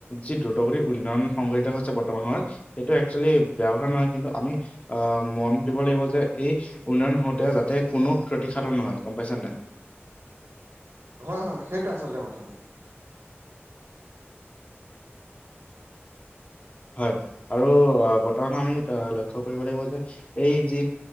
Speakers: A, on the left; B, on the right.
A: যি দ্ৰুতগতিৰ উন্নয়ন সংঘটিত হৈছে বৰ্তমান সময়ত সেইটো একচুৱেলি বেয়া কথা নহয় কিন্তু আমি আ মন দিব লাগিব যে এই উন্নয়ন হওঁতে তাতে কোনো ক্ষতিসাধন নহয় গম পাইছা নাই?
B: <inaudible> হয় হয় সেইটোৱে আচলতে কথাটো।
A: হয় আৰু আ বৰ্তমান আমি আ লক্ষ্য কৰিব লাগিব যে এই যি